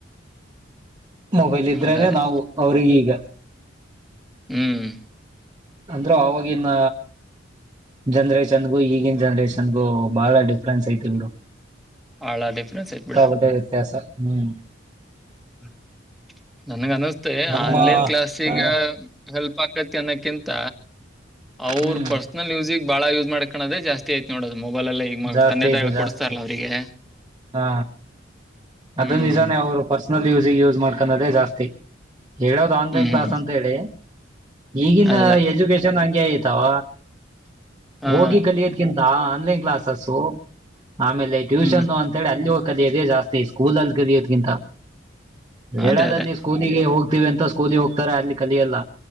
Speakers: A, on the right; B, in the centre.
A: ಮೊಬೈಲ್ ಇದ್ರನೆ
B: ಅದೇ ಅದೇ
A: ನಾವು ಅವ್ರಿಗಿಗ.
B: ಹ್ಮ್
A: ಅಂದ್ರೆ ಅವಾಗಿನ್ನ ಜನ್ರೇಷನ್ಗು ಈಗಿನ ಜನ್ರೇಷನ್ಗು ಬಾಳ ಡಿಫ್ರೆನ್ಸ್ ಐತಿ ಬಿಡು.
B: ಭಾಳ ಡಿಫ್ರೆನ್ಸ್
A: ಸಿಕ್ಕಾ
B: ಐತ್ ಬಿಡು
A: ಪಟ್ಟೆ ವ್ಯತ್ಯಾಸ ಹ್ಮ್.
B: <inaudible> ನನ್ಗ ಅನಸ್ತೆ
A: ನಮ್ಮ
B: ಆನ್ಲೈನ್ ಕ್ಲಾಾಸಗ
A: ಹ
B: ಹೆಲ್ಪ್ ಆಕತಿ ಅನ್ನ ಕಿಂತ ಅವ್ರ
A: ಹ್ಮ್
B: ಪರ್ಸನಲ್ ಯುಸಿಗ್ ಬಾಳ ಯೂಸ್ ಮಾಡ್ಕಣದೇ ಜಾಸ್ತಿ ಆಯ್ತ್ ನೋಡು. ಮೊಬೈಲೆಲ್ಲಾ ಈಗ ಮ
A: ಜಾಸ್ತಿ
B: ತಂದೆ ತಾಯಿ
A: ಇದೆ
B: ಕೊಡ್ಸ್ತಾರಲ್ಲ
A: ಜಾಸ್ತಿ ಇದೆ
B: ಅವರಿಗೆ.
A: ಹಾ
B: ಹ್ಮ್
A: ಅದು ನಿಜಾನೇ ಅವ್ರು ಪರ್ಸನಲ್ ಯುಸಿಗ್ ಯೂಸ್ ಮಾಡ್ಕದೇ ಜಾಸ್ತಿ. ಹೇಳದು ಆನ್ಲೈನ್
B: ಹ್ಮ್ ಹ್ಮ್
A: ಕ್ಲಾಸ್ ಅಂತ್ ಹೇಳಿ. ಈಗಿನ
B: ಅದೇ
A: ಎಜುಕೇಶನ್ ಹಂಗೆ ಐತಾವ
B: ಹಾ
A: ಹೋಗಿ ಕಲಿಯೋದ್ಕಿಂತ ಆನ್ಲೈನ್ ಕ್ಲಾಸಸ್ಸು ಆಮೇಲೆ ಟ್ಯೂಷನ್
B: ಹ್ಮ್
A: ಅಂ ಅಲ್ಲಿ ಹೋಗ್ ಕಲ್ಯದೆ ಜಾಸ್ತಿ ಸ್ಕೂಲ್ ಅಲ್ಲಿ ಕಲ್ಯೋದ್ಕಿಂತ ಹೇಳೋದಲ್ಲಿ
B: ಅದೇ ಅದೇ
A: ಸ್ಕೂಲಿಗೆ ಹೋ ವಿ ಅಂತ ಸ್ಕೂಲ್ ಹೋಗ್ತಾರೆ ಅಲ್ಲಿ ಕಲ್ಯಲ್ಲ